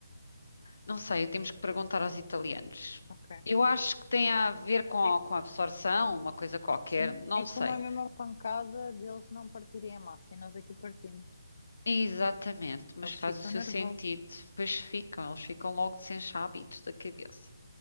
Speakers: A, on the left; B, on the left.
A: Não sei, temos que perguntar aos italianos.
B: Ok.
A: Eu acho que tem a ver com,
B: É,
A: com a absorção, uma coisa qualquer,
B: sim,
A: não
B: é como
A: sei.
B: a mesma pancada deles não partirem a massa e nós aqui partimos.
A: Exatamente, mas
B: Eles
A: faz
B: ficam
A: o seu
B: nervosos.
A: sentido. Pois ficam, eles ficam logo sem hábitos da cabeça.